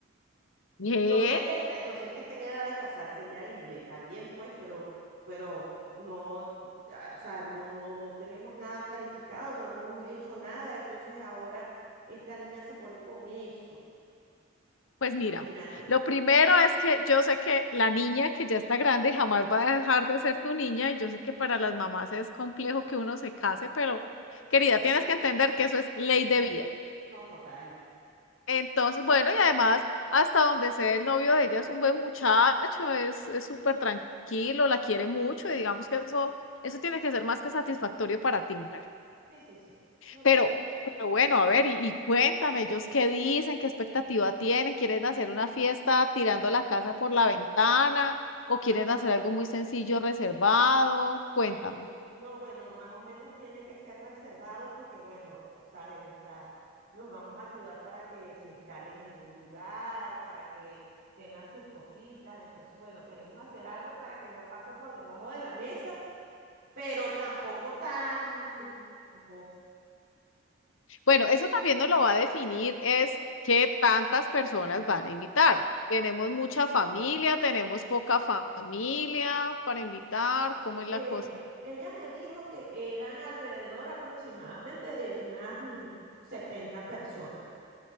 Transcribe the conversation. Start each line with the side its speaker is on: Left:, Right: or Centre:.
Left: ¿Eh?
Right: Yo sé que está, yo sé que está en edad de casarse ya y está bien, pues, pero, pero no, ah, o sea, no, no, no tenemos nada planificado, no hemos hecho nada, entonces ahora esta niña se pone con eso,
Left: Pues mira,
Right: imagínate.
Left: lo primero es que yo sé que la niña que ya está grande jamás va a dejar de ser tu niña y yo sé que para las mamás es complejo que uno se case, pero querida, tienes que entender que eso es ley de vida.
Right: No, total.
Left: Entonces, bueno, y además, hasta donde sé, el novio de ella es un buen muchacho, es, es súper tranquilo, la quiere mucho, y digamos que eso, eso tiene que ser más que satisfactorio para ti, mujer.
Right: Sí, sí, sí. No, no,
Left: Pero,
Right: sí.
Left: pero bueno, a ver, y, y cuéntame, ellos qué dicen, qué expectativa tienen, ¿quieren hacer una fiesta tirando la casa por la ventana o quieren hacer algo muy sencillo, reservado? Cuéntame.
Right: No, bueno, más o menos tiene que ser reservado porque, bueno, sabes, o sea, los vamos a ayudar para que se instalen en un lugar, para que tengan sus cositas. Entonces, bueno, queremos hacer algo para que no pase por debajo de la mesa, pero tampoco tan lujoso.
Left: Bueno, eso también nos lo va a definir es qué tantas personas van a invitar. Tenemos mucha familia, tenemos poca fa- familia para invitar, ¿cómo es
Right: Eh,
Left: la cosa?
Right: ella me dijo que eran alrededor aproximadamente de unas mm, 70 personas.